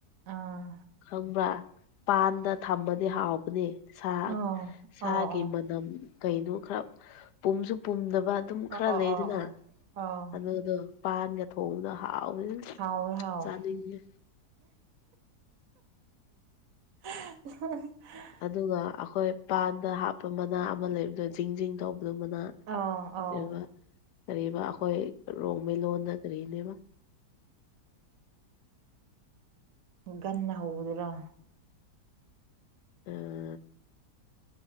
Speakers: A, on the right (about 65°); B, on the left (about 75°).
A: ꯑꯥ
B: ꯈꯪꯕ꯭ꯔꯥ ꯄꯥꯟꯗ ꯊꯃꯗꯤ ꯍꯥꯎꯕꯅꯦ ꯁꯥ
A: ꯑꯥꯎ
B: ꯁꯥꯒꯤ
A: ꯑꯥꯎ ꯑꯥꯎ
B: ꯃꯅꯝ ꯀꯩꯅꯣ ꯈꯔ ꯄꯨꯝꯁꯨ ꯄꯨꯝꯗꯅꯕ ꯑꯗꯨꯝ
A: ꯑꯥ
B: ꯈꯔ ꯂꯩꯗꯅ
A: ꯑꯥ ꯑꯥ ꯑꯥꯎ
B: ꯑꯗꯨꯗꯣ ꯄꯥꯟꯒ ꯊꯣꯡꯕꯗ ꯍꯥꯎꯕꯅꯤ
A: ꯍꯥꯎꯋꯦ ꯍꯥꯎꯋꯦ
B: ꯆꯥꯅꯤꯡꯉꯦ
A: <unintelligible>
B: ꯑꯗꯨꯒ ꯑꯩꯈꯣꯏ ꯄꯥꯟꯗ ꯍꯥꯞꯄ ꯃꯅꯥ ꯑꯃ ꯂꯩꯕꯗꯣ ꯖꯤꯡ ꯖꯤꯡ ꯇꯧꯕꯗ ꯃꯅꯥ
A: ꯑꯥ ꯑꯥꯎ
B: ꯀꯩꯕꯥ ꯀꯔꯤꯕ ꯑꯩꯈꯣꯏ ꯔꯣꯡꯃꯩꯂꯣꯟꯗ ꯀꯔꯤꯅꯦꯕ
A: ꯒꯟꯅ ꯍꯧꯕꯗꯨꯔꯣ
B: ꯑ